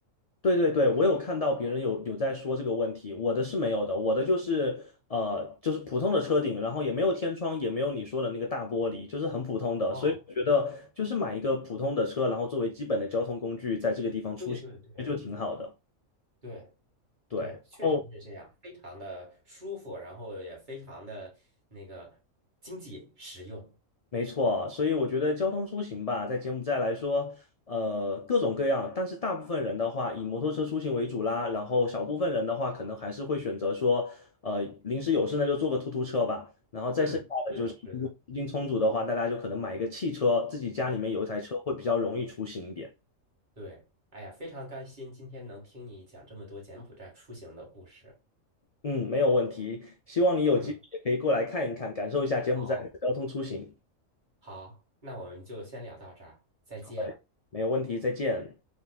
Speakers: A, on the left; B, on the right.
A: 对对对，我有看到别人有有在说这个问题，我的是没有的，我的就是呃就是普通的车顶，然后也没有天窗，也没有你说的那个大玻璃，就是很普通的，
B: 啊，
A: 所以我觉得就是买一个普通的车，然后作为基本的交通工具，在这个地方出行就挺好的。
B: 对对对，对
A: 对，
B: 对，
A: 然后。
B: 确实是这样，非常的舒服，然后也非常的那个经济实用。
A: 没错，所以我觉得交通出行吧，在柬埔寨来说，呃，各种各样，但是大部分人的话以摩托车出行为主啦，然后小部分人的话，可能还是会选择说，呃，临时有事那就坐个突突车吧，然后再剩下的就是如果资金充足的话，
B: 嗯，是的，是的。
A: 大家就可能买一个汽车，自己家里面有一台车会比较容易出行一点。
B: 对，哎呀，非常开心今天能听你讲这么多柬埔寨出行的故事。
A: 嗯，没有问题，希望你有机会也可以过来看一看，
B: 嗯，
A: 感受一下柬埔寨的交通出行。
B: 好，好，那我们就先聊到这儿，再见。
A: 好的，没有问题，再见。